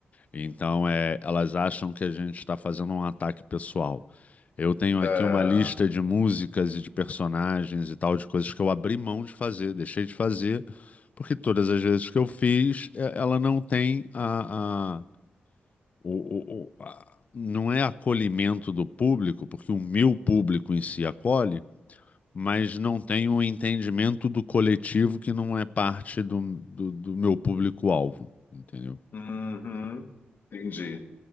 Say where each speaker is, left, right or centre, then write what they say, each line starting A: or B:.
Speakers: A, on the left; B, on the left.
A: Então, é, elas acham que a gente está fazendo um ataque pessoal. Eu tenho aqui
B: ah,
A: uma lista de músicas e de personagens e tal, de coisas que eu abri mão de fazer, deixei de fazer, porque todas as vezes que eu fiz, é, ela não tem a- o, o- o- a- não é acolhimento do público, porque o meu público em si acolhe, mas não tem o entendimento do coletivo que não é parte do, do, do meu público-alvo, entendeu?
B: uhum, entendi.